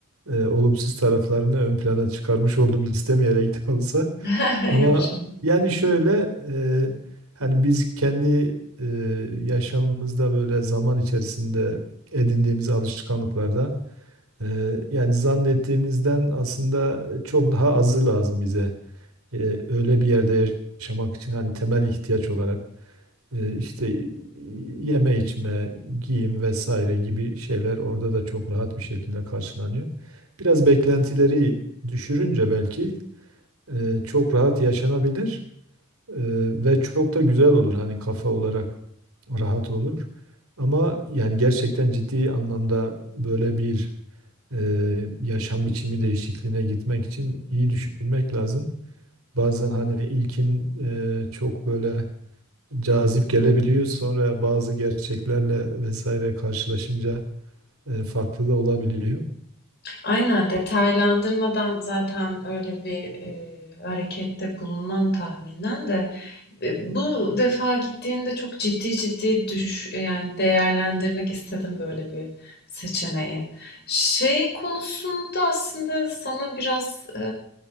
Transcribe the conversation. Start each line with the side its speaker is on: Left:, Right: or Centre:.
Right: e, olumsuz taraflarını ön plana çıkarmış oldum istemeyerek de olsa.
Left: <laughs>
Right: Ama
Left: Yok canım.
Right: yani şöyle e, hani biz kendi e, yaşamımızda böyle zaman içerisinde edindiğimiz alışkanlıklarda Eee, yani zannettiğimizden aslında e, çok daha azı lazım bize. Eee, öyle bir yerde yaşamak için hani temel ihtiyaç olarak eee, işte yeme içme, giyim vesaire gibi şeyler orada da çok rahat bir şekilde karşılanıyor. Biraz beklentileri düşürünce belki eee, çok rahat yaşanabilir eee, ve çok da güzel olur hani kafa olarak rahat olur. Ama yani gerçekten ciddi anlamda böyle bir e, yaşam biçimi değişikliğine gitmek için iyi düşünmek lazım. Bazen hani ilkin e, çok böyle cazip gelebiliyor. Sonra bazı gerçeklerle vesaire karşılaşınca e, farklı da olabiliyor.
Left: Aynen detaylandırmadan zaten öyle bir eee, harekette bulunmam tahminen de. E, Bu defa gittiğimde çok ciddi ciddi düş e, yani değerlendirmek istedim böyle bir seçeneği. Şey konusunda aslında sana biraz e,